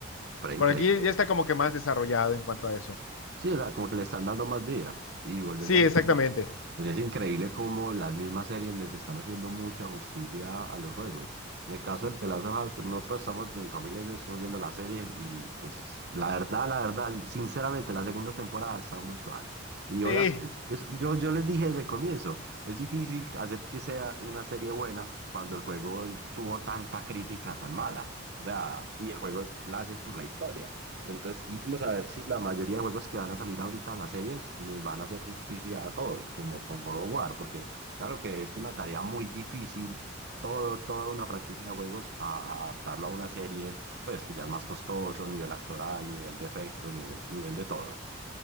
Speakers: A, on the right; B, on the left.
A: Pero increíble
B: Por aquí ya está como que más desarrollado en cuanto a eso.
A: Sí, o sea, como que le están dando más vida. Y volviendo
B: Sí,
A: al
B: exactamente.
A: tema, pues es increíble cómo las mismas series les están haciendo mucha justicia a los juegos. En el caso del The Last of Us, pues nosotros estamos, mi familia y yo estamos viendo la serie y pues la verdad, la verdad, sinceramente, la segunda temporada ha estado muy suave. Y obviamente,
B: Sí.
A: es- es- yo, yo les dije desde el comienzo, es difícil hacer que sea una serie buena cuando el juego tuvo tanta crítica tan mala. O sea, y el juego la haces por la historia. Entonces, vamos a ver si la mayoría de juegos que van a salir ahorita a las series les van a hacer justicia a todos, como con God of War, porque claro que es una tarea muy difícil, todo, toda una franquicia de juegos, a a adaptarlo a una serie, pues que ya es más costoso, nivel actoral, nivel de efectos, nivel, nivel de todo.